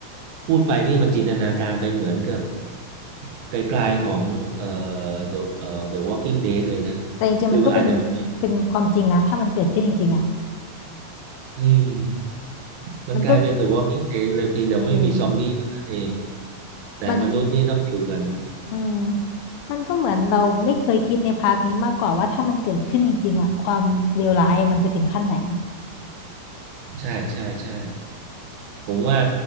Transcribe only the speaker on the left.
แต่จริงๆมันก็เป็น
เป็นความจริงนะถ้ามันเกิดขึ้นจริงๆอ่ะ
มันก็
อืม
มัน อืมมันก็เหมือนเราไม่เคยคิดในพาร์ทนี้มากกว่าว่าถ้ามันเกิดขึ้นจริงๆอะความเลวร้ายมันจะถึงขั้นไหน